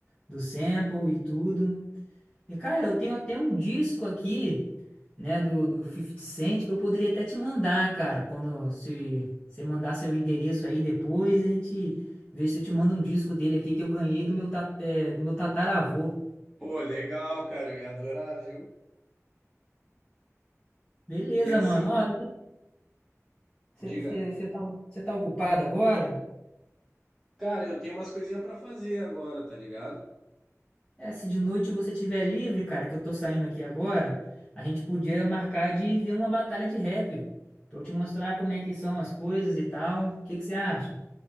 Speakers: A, on the left; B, in the centre.
A: do sample e tudo. E, cara, eu tenho até um disco aqui. né, do, do Fifty Cent, que eu poderia até te mandar, cara, quando se você mandar seu endereço aí depois, a gente vê se eu te mando um disco dele aqui que eu ganhei do meu, ta- é, do meu tataravô.
B: Pô, legal, cara, eu ia adorar, viu?
A: Beleza,
B: E assim,
A: mano. Ó, você
B: diga,
A: tá, cê tá ocupado agora?
B: cara, eu tenho umas coisinhas pra fazer agora, tá ligado?
A: É, se de noite você tiver livre, cara, que eu tô saindo aqui agora, a gente podia marcar de ver uma batalha de rap, pra eu te mostrar como é que são as coisas e tal. O que que você acha?